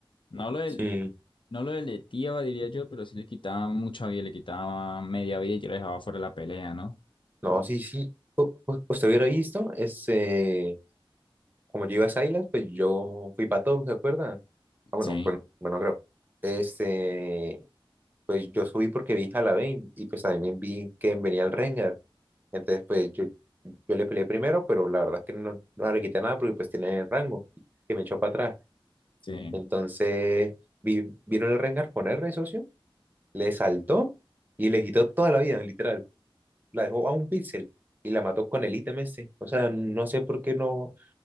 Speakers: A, on the left (about 60°); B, on the right (about 20°).
A: No lo del,
B: sí,
A: no lo deleteaba, diría yo, pero sí le quitaba mucha vida, le quitaba media vida y ya lo dejaba fuera de la pelea, ¿no?
B: no, sí, sí. U- u- ¿Usted hubiera visto ese... como yo iba a esa isla, pues yo fui para todos, ¿se acuerdan? Ah, bueno,
A: Sí,
B: bueno, bueno, creo. Este, pues yo subí porque vi Halloween y pues también vi que venía el Rengar. Entonces, pues yo, yo le peleé primero, pero la verdad es que no, no le quité nada porque pues tiene rango y me echó para atrás.
A: sí.
B: Entonces, vi, vino el Rengar con R, socio, le saltó y le quitó toda la vida, literal. La dejó a un píxel y la mató con el ítem ese. O sea, no sé por qué no,